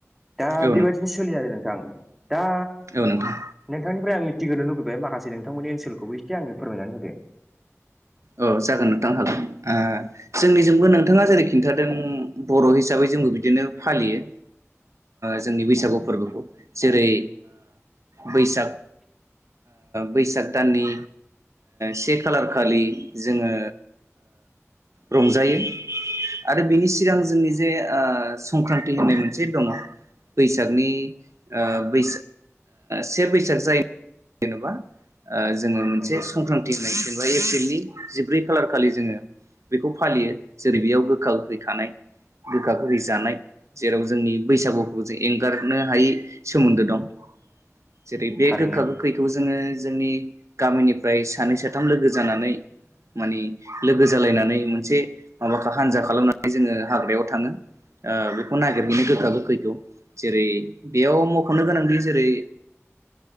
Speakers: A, in the centre; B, on the right.
A: दा
B: औ
A: बेबायदि बिदिनो सोलि आरो नोंखां आं दा
B: ए नोंथां
A: नोंथांनिफ्राय आं मिथिग्रोनो लुुबैबाय माखासे नोंथांमोननि ओनसोलखौबो एसे आंनो फोरमायनानै होदों
B: औ जागोन नोंथां हागोन जोंनिजोंबो नोंथाङा जेरै खिन्थादों बर' हिसाबै जोंबो बिदिनो फालियो जोंनि बैसागु फोरबोखौ जेरै बैसाग बैसाग दाननि से खालार खालि जोङो रंजायो आरो बिनि सिगां जोंनि जे संक्रान्ति होननाय मोनसे दङ बैसागनि बै से बैसाग जाय जेनेबा जोङो मोनसे
A: नंगौ
B: संक्रान्ति होननाय जेनेबा एप्रिलनि जिब्रै खालार खालि जोङो बेखौ फालियो जेरै बेयाव गोखा होैखानाय गोखा गोखै जानाय जेराव जोंनि बैसागु जों एंगारनो हायै सोमोन्दो दं <unintelligible> जेरै बे
A: थारैनो
B: गोखा गोखैखौ जोङो जोंनि गामिनिफ्राय सानै साथाम लोगो जानानै मानिे लोगो जालायनानै मोनसे माबाखौ हानजा खालामनानै जोङो हाग्रायाव थाङो बेखौ नागिरहैनो गोखाब गोखैथौ जेरै बेयाव मख'नो गोनांदि जेरै